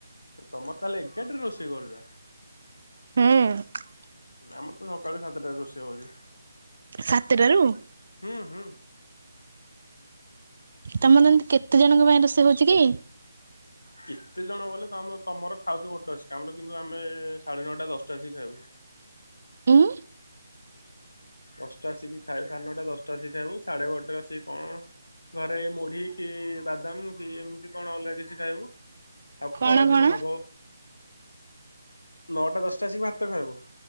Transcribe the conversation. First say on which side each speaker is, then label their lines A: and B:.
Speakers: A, on the left; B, on the right.
A: ତମର ତାହେଲେ ଏଗାଟାରେ ରୋଷେଇ କରୁଛ।
B: ହୁଁ
A: ଆମର ତ ସକାଳୁ ସାତଟାରେ ରୋଷେଇ ହଉଛି।
B: ସାତଟାରୁ?
A: ହୁଁ ହୁଁ
B: ତମର ଏମତି କେତେ ଜଣଙ୍କ ପାଇଁ ରୋଷେଇ ହଉଛି କି?
A: କେତେ ଜଣ ବଲେ ତମେ ତମର ଖାଉଛ ଗୋଟେ ଆସିକି କାମର କିନ୍ତୁ ଆମେ ସାଢେ ନଅଟା ଦଶଟା ଆସିକି ଖାଇବୁ।
B: ଉଁ?
A: ଦଶଟା ଆସିକି ଖାଇୁ ସାଢେ ନଟା ଦଶଟାସିକି ଖାଇବୁ ସାଢେ ଗୋଟେରେ ଆସିକି କଣ ଘରେ ଏଇ ମୁଁଢି କି ବାଦାମ କି ଏମିତି କଣ ଅଲଗା କିଛି ଖାଇବୁ। ଆଉ
B: କଣ
A: ଖରା
B: କଣ?
A: ଦିନେ ହବ ନଅଟା ଦଶଟା ଆସିକି ଭାତ ଖାଇବୁ।